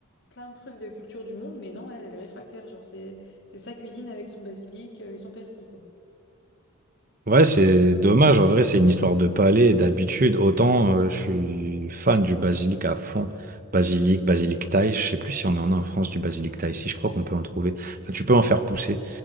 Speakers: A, on the left; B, on the right.
A: plein de trucs de culture du monde, mais non, elle, elle est réfractaire. Genre c'est c'est sa cuisine avec son basilic euh, et son persil quoi.
B: Ouais, c'est dommage. En vrai, c'est une histoire de palais et d'habitude. Autant euh, je suis fan du basilic à fond. Basilic, basilic thaï. Je sais plus si on en a en France du basilic thaï. Si, je crois qu'on peut en trouver. Enfin, tu peux en faire pousser.